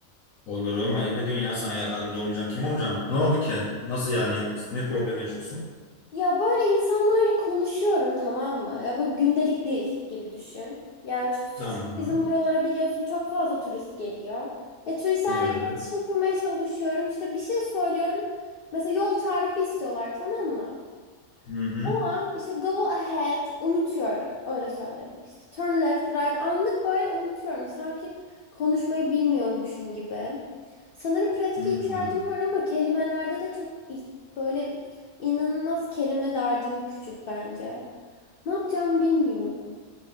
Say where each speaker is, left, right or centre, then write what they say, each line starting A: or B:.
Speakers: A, on the left; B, on the left.
A: Olurum ayıp ediyorsun ya sana yardımcı olmayacağım. Kim olacağım? Ne oldu ki? Nasıl yani? Ne problem yaşıyorsun?
B: Ya böyle insanlarla konuşuyorum tamam mı? Ya bu gündelik dil gibi düşün. Ya ç- ç-
A: Tamam.
B: ç- bizim buralara biliyorsun çok fazla turist geliyor. Ve turistlerle
A: Evet.
B: iletişim kurmaya çalışıyorum. İşte bir şey söylüyorum. Mesela yol tarifi istiyorlar tamam mı?
A: Hı hı.
B: O an işte go ahead unutuyorum. Öyle söyleme işte. Turn left right anlık böyle unutuyorum. Sanki konuşmayı bilmiyormuşum gibi. Sanırım pratik
A: Hı
B: ihtiyacım
A: hı.
B: var ama kelimelerde de çok ih- böyle inanılmaz kelime dağarcığım küçük bence. Ne yapacağımı bilmiyorum.